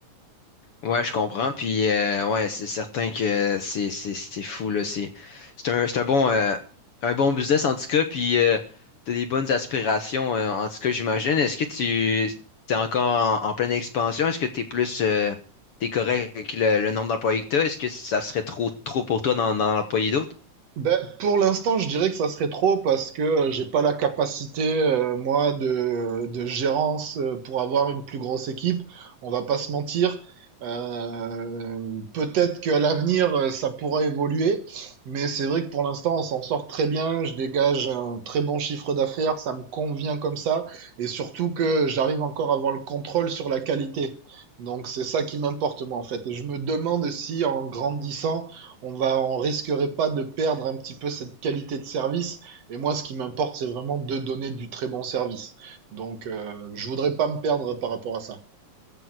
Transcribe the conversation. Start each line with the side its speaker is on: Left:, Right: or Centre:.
Left: Ouais, je comprends. Puis euh, ouais, c'est certain que c'est c'est c'est fou là. C'est c'est un c'est un bon euh, un bon business en tout cas. Puis euh, t'as des bonnes aspirations euh, en tout cas, j'imagine. Est-ce que tu t'es encore en, en pleine expansion? Est-ce que t'es plus euh, t'es correct avec le, le nombre d'employés que t'as? Est-ce que ça serait trop trop pour toi d'en d'en employer d'autres?
Right: Ben, pour l'instant, je dirais que ça serait trop parce que euh, j'ai pas la capacité, euh, moi, de, de gérance euh, pour avoir une plus grosse équipe. On va pas se mentir. Euh, peut-être qu'à l'avenir, euh, ça pourra évoluer, mais c'est vrai que pour l'instant, on s'en sort très bien. Je dégage un très bon chiffre d'affaires, ça me convient comme ça, et surtout que j'arrive encore à avoir le contrôle sur la qualité. Donc c'est ça qui m'importe moi en fait. Et je me demande si en grandissant, on va, on risquerait pas de perdre un petit peu cette qualité de service. Et moi, ce qui m'importe, c'est vraiment de donner du très bon service. Donc, euh, je voudrais pas me perdre par rapport à ça.